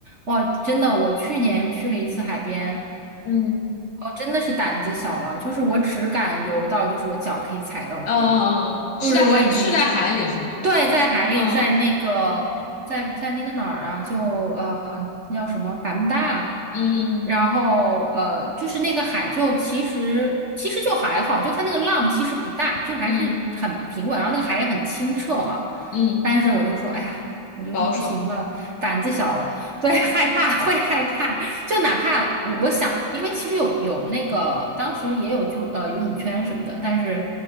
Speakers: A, on the right (about 45°); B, on the left (about 65°).
A: 哇，真的，我去年去了一次海边。
B: 嗯，
A: 我真的是胆子小了，就是我只敢游到，就是我脚可以踩到底了，
B: 嗯嗯嗯，嗯是在海是在海里是吗？
A: 就是我已经，对，在海里，
B: 嗯
A: 在那个，在在那个哪儿啊，就呃，那叫什么百慕大，
B: 嗯
A: 然后呃，就是那个海就其实其实就还好，就它那个浪其实不大，就是还是很平稳，
B: 嗯
A: 然后那个海也很清澈嘛，
B: 嗯嗯，
A: 但是我就说，哎呀，我就说不行了，
B: 保守。
A: 胆子小了。对，害怕 <laughs> 会害怕，就哪怕我我想，因为其实有有那个当时也有就呃游泳圈什么的，但是